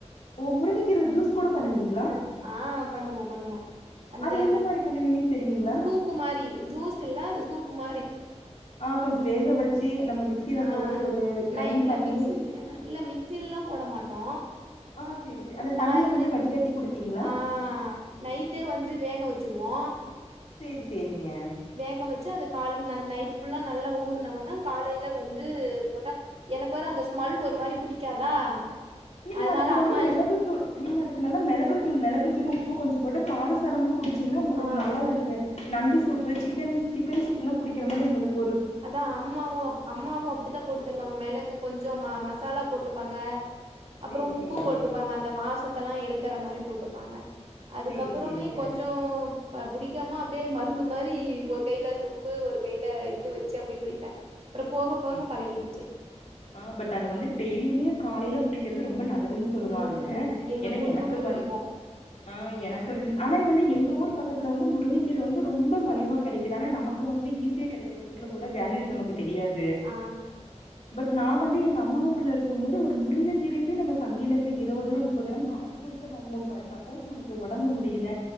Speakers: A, on the left; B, on the right.
A: ஓ முருங்க கீரல ஜூஸ் கூட பண்ணுவீங்களா
B: ஆ பண்ணுவோ பண்ணுவோ அந்த
A: அது எந்த மாரி பண்ணுவீங்கன்னு தெரியுங்களா
B: சூப் பு மாரி ஜுஸ்ஸில்ல அது சூப்பு மாரி
A: ஆ கொஞ்சோ வேக வெச்சி நம்ப மிக்சில
B: ஆ
A: போட்டு ஒரு கிரைண்ட்
B: நைட்ல
A: பண்ணி
B: மிக்சி இல்ல மிக்சிலல்லா போட மாட்டோ
A: ஆ சேரி சே அந்த
B: நான்
A: தண்ணிய
B: இருந்துடு
A: வந்து வடிகட்டி குடிப்பீங்களா
B: ஆ நைட்டே வந்து வேக வெச்சுருவோ
A: சேரி சேரிங்க
B: வேக வெச்சு அது கால் ந நைட்டு ஃபுல்லா நல்லா ஊற்னவொன்ன காலையில வந்து போட்டா எனக்கு வேற அந்த ஸ்மெல் ஒரு மாரி புடிக்காதா
A: நீங்க
B: அதனால
A: அதுக்கு வந்து
B: அம்மா
A: மெளகுத்தூள் நீங்க அதுக்கு நல்ல மெளகுத்தூள் மெளகுத்தூளு உப்பு கொஞ்சோ போட்டா காரசாரமா குடிச்சுங்னா உங்களுக்கு
B: ஆ
A: நல்லா வந்து நண்டு சூப்பு சிக்கன் சிக்கன் சூப்லா குடிக்கிற மாரி ஒங்குளுக்
B: அதா அம்மாவு அப் அம்மாவு அப்டிதா போட்டு தருவாங்க மெளகு கொஞ்சோ ம மசாலா போட்டுப்பாங்க அப்ரோ
A: சேரி
B: உப்பு
A: சேரிங்க
B: போட்டுப்பாங் அந்த வாசத்தல்லா எடுக்கற மாரி போட்டுப்பாங்க அதுக்கப்பறமே
A: சேரி சேரிங்க
B: கொஞ்சோ ஒ புடிக்காம அப்டியே மருந்து மாரி ஒரு கைல சொம்பு ஒரு கையில இது வச் சு அப்டியே போய்ட அப்ரோ போக போக
A: சேரி
B: பழகிருச்சு
A: ஆ பட் அது வந்துட்டு டெய்லியுமே காலையில குடிக்கறது ரொம்ப நல்லதுன்னு சொல்லுவாங்க
B: ம் எங்க
A: எனா
B: குடும்பமே
A: எனக்கு வந்
B: குடிப்போ
A: அ எனக்கு ஆனா வந்து எங்க ஊர் பக்கத்துல வந்து முருங்கக்கீர வந்து ரொம்ப மலிவா கெடைக்குது ஆனா நமக் கு வந்து ஈஸியா கெடைக்கற பொருளுவோட வேல்யூ நமக்கு தெரியாது
B: ஆ
A: பட் நா வந்து எங்க அம்மா ஊர்லருக் க்கும் போது ஒரு முருங்ககீரயப்பேய் நம்ப சந்தைல பேய் இருவது ருவா முப்பது ருவான் காஸ் குடுத்து வாங்குவோம் பார் சப் போஸ் நமக்கு ஒடம்பு முடியில